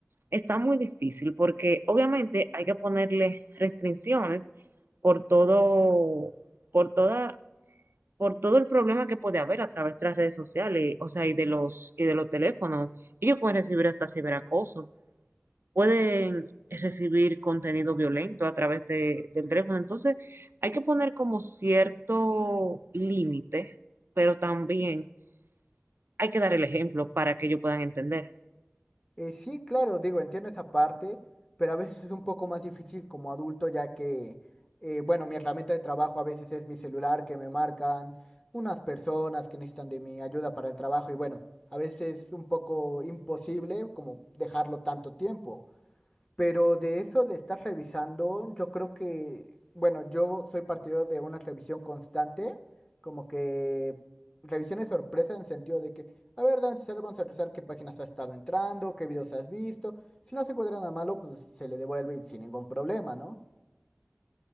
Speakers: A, on the right; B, on the left.
A: está muy difícil porque obviamente hay que ponerle restricciones por todo, por todos por todo el problema que puede haber a través de las redes sociales, o sea, y de los, y de los teléfonos. Ellos pueden recibir hasta ciberacoso, pueden recibir contenido violento a través de- del teléfono. Entonces, hay que poner como cierto límite, pero también hay que dar el ejemplo para que ellos puedan entender.
B: Eh, sí, claro, digo, entiendo esa parte, pero a veces es un poco más difícil como adulto, ya que, eh, bueno, mi herramienta de trabajo a veces es mi celular, que me marcan unas personas que necesitan de mi ayuda para el trabajo y bueno, a veces es un poco imposible como dejarlo tanto tiempo. Pero de eso de estar revisando, yo creo que, bueno, yo soy partidario de una revisión constante, como que revisiones sorpresa en sentido de que, a ver, dame tu celular, vamos a revisar qué páginas has estado entrando, qué videos has visto. Si no se encuentra nada malo, pues se le devuelve y sin ningún problema, ¿no?